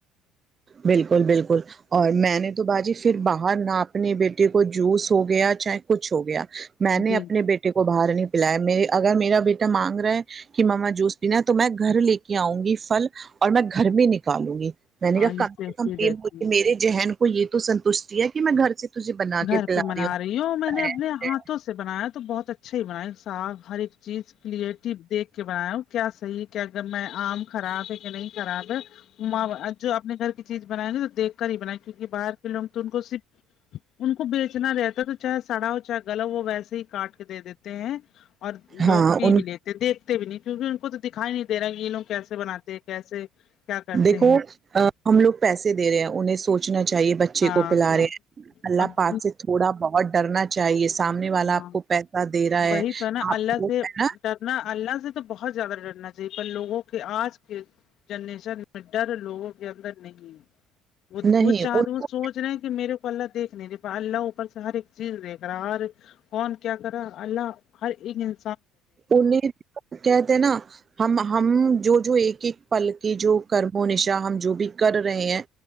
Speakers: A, on the right; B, on the left.
A: بالکل بالکل اور میں نے تو باجی پھر باہر نہ اپنے بیٹے کو جوس ہو گیا چاہے کچھ ہو گیا میں نے
B: جی
A: اپنے بیٹے کو باہر نہیں پلایا میں اگر میرا بیٹا مانگ رہا ہے کہ ماما جوس پینا تو میں گھر لے کے آؤں گی پھل اور میں گھر میں نکالوں گی میں نے
B: ہاں
A: کہا
B: یہ
A: کم سے
B: سیفلی رہتی
A: کم
B: ہے
A: میرے ذہن کو یہ تو سنتشتٹی ہے کہ میں گھر سے تجھے بنا
B: گھر
A: کے پلا
B: پہ منا
A: ہوں
B: رہی ہو میں نے اپنے ہاتھوں سے بنایا تو بہت اچھا ہی بنا صاف ہر ایک چیز کلیئرٹی دیکھ کے بناے ہو کیا صحیح کہ اگر میں آم خراب ہے کہ نہیں خراب ہے میں جو اپنے گھر کی چیز بنائیں گے تو دیکھ کر ہی بنائیں کیونکہ باہر لوگ تو ان کو صرف ان کو بیچنا رہتا ہے تو چاہے سڑا ہو چاہے گلہ ہو ویسے ہی کاٹ کے دے دیتے ہیں اور لوگ
A: ہاں
B: پی
A: ان
B: بھی لیتے ہیں دیکھتے بھی نہیں کیونکہ ان کو تو دکھائی نہیں تیرا یہ لوگ کیسے بناتے ہیں کیسے کیا کرتے
A: دیکھو
B: ہیں
A: ہم لوگ پیسے دے رہے ہیں انہیں سوچنا چاہیے بچے
B: ہاں
A: کو پلا
B: ہاں
A: رہے ہیں اللہ
B: اب
A: پاک سے تو تھوڑا بہت ڈرنا چاہیے سامنے والا
B: ہاں
A: آپ کو پیسہ دے رہا ہے
B: وہی تو نا
A: آپ
B: اللہ
A: کو
B: سے
A: ہے نا
B: ڈرنا اللہ سے تو بہت زیادہ ڈرنا چاہیے پر لوگوں کے آج کے جنریشن میں ڈر لوگوں کے اندر نہیں ہے وہ
A: نہیں
B: وہ چاہ
A: ان
B: وہ
A: کو
B: سوچ رہے ہیں کہ میرے کو اللہ دیکھ نہیں دے پا اللہ اوپر سے ہر ایک چیز دیک رہا ہر کون کیا کر رہا ہے اللہ ہرایک ان
A: انہیں کہتے نا ہم ہم جو جو ایک ایک پل کی جو کرم نشا ہم جو بھی کر رہے ہیں